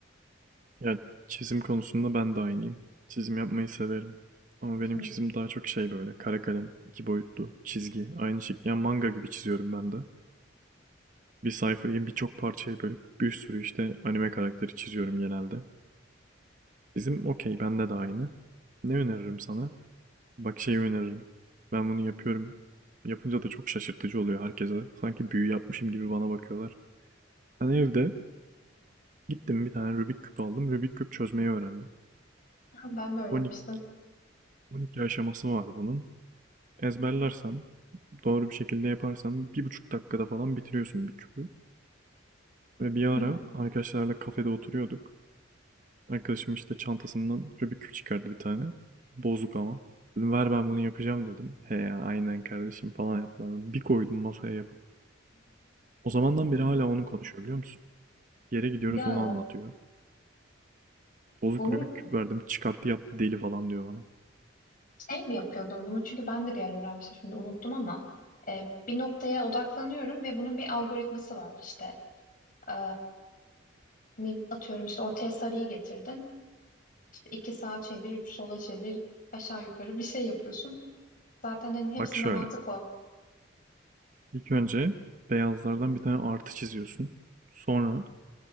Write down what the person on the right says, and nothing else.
Ya çizim konusunda ben de aynıyım. Çizim yapmayı severim. Ama
benim
çizim daha çok şey böyle kara kalem, iki boyutlu, çizgi, aynı şekilde yani manga gibi çiziyorum ben de. Bir sayfayı birçok parçaya bölüp bir sürü işte anime karakteri çiziyorum genelde. Çizim okey bende de aynı. Ne öneririm sana? Bak şeyi öneririm. Ben bunu yapıyorum. Yapınca da çok şaşırtıcı oluyor herkese. Sanki büyü yapmışım gibi bana bakıyorlar. Ben evde gittim bir tane Rubik küp aldım. Rubik küp çözmeyi öğrendim.
12 12 aşaması var bunun. Ezberlersen, doğru bir şekilde yaparsan bir buçuk dakikada falan bitiriyorsun bir küpü. Ve bir ara
arkadaşlarla kafede oturuyorduk. Arkadaşım işte çantasından Rubik küp çıkardı bir tane. Bozuk ama. Dedim, ver ben bunu yapacağım dedim. He ya aynen kardeşim falan yaptılar. Bir koydum masaya yapıp. O zamandan beri hala onu konuşuyor biliyor musun? Yere gidiyoruz
onu anlatıyor. Bozuk
Rubik küp verdim çıkarttı yaptı deli falan diyor bana.
Bak şöyle.
İlk önce beyazlardan bir tane artı çiziyorsun. Sonra